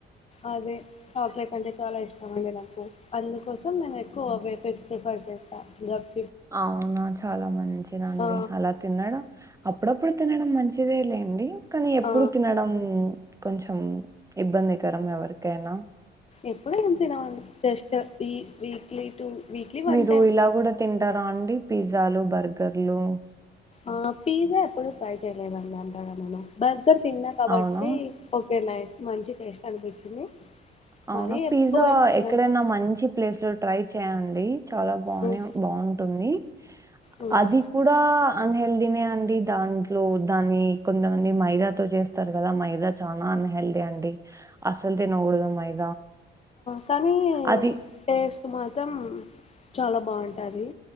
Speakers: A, on the left; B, on the right.
A: అదే చాక్లెట్ అంటే చాలా ఇష్ ఆగే, నాకు అందుకోసం నేను ఎక్కువ వేపర్స్ ప్రిఫర్ చేస్తా. గప్
B: అవునా చాలా మంచిదండి.
A: ఆ
B: అలా తిన్నాడ అప్ అప్పుడప్పుడు తినడం మంచిదే లేండి. కానీ ఎప్పుడు
A: ఆ
B: తినడం కొంచెం ఇబ్బందికరం గా ఎవరికైనా
A: ఎప్పుడు ఏం తినమండి. Just we weekly two weekly one
B: మీరు
A: టైం
B: ఇలా కూడా తింటారా అండి. పిజ్జాలు, బర్గర్లు.
A: ఆ పిజ్జా ఎప్పుడూ ట్రై చేయలేదండి. అంతగననో బర్గర్ తిన్నా కాబట్టి
B: అవునా?
A: ఓ ఓకే నైస్ మంచి టేస్ట్ అనిపించింది
B: అవునా
A: మరీ ఎక్కువ
B: పిజ్జా
A: ఏం తినను
B: ఎక్కడైనా మంచి ప్లేస్ లో ట్రై చేయండి చాలా బానే
A: మ్మ్
B: బాగుంటుంది
A: మ్మ్
B: అది కూడా ఆన్ హెల్త్డీ అండి దాంట్లో దాన్ని కొంతమంది మైదాతో చేస్తారు కదా మైదా చాలా అన్ హెల్దీఅండి అసలు తినకూడదు మైదా
A: కానీ
B: అది
A: టేస్ట్ మాత్రం చాలా బాగుంటంది.